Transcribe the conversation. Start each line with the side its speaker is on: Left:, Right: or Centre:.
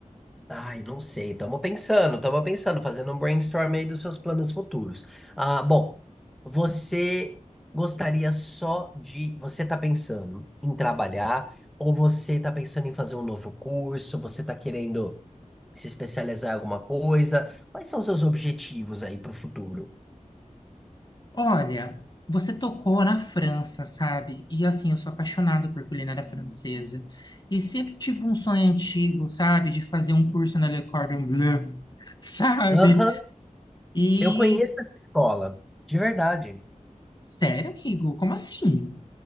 Centre: Ai, não sei. Estamos pensando, estamos pensando, fazendo um brainstorm aí dos seus planos futuros. Ah, bom, você gostaria só de. Você está pensando em trabalhar, ou você está pensando em fazer um novo curso, você está querendo se especializar em alguma coisa? Quais são os seus objetivos aí para o futuro?
Left: Olha, você tocou na França, sabe? E assim, eu sou apaixonado por culinária francesa. E sempre tive um sonho antigo, sabe? De fazer um curso na Le Cordon Bleu, <laughs> sabe?
Centre: Aham,
Left: E,
Centre: eu conheço essa escola, de verdade.
Left: sério, amigo, como assim?